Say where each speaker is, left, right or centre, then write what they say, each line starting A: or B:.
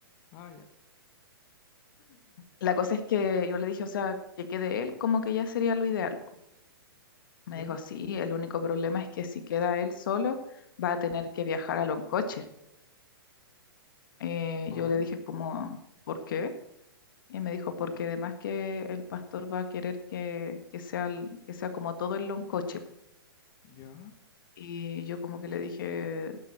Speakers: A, on the left (about 35°); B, on the left (about 60°).
A: ah, ya,
B: la cosa es que yo le dije, o sea, que quede él, como que ya sería lo ideal, po. Me
A: ya.
B: dijo, sí, el único problema es que si queda él solo, va a tener que viajar a Loncoche. Eh,
A: ¿Y por?
B: yo le dije, como, ¿por qué? Y me dijo, porque además que el pastor va a querer que, que sea, el- que sea como todo el Loncoche.
A: Ya.
B: Y yo como que le dije,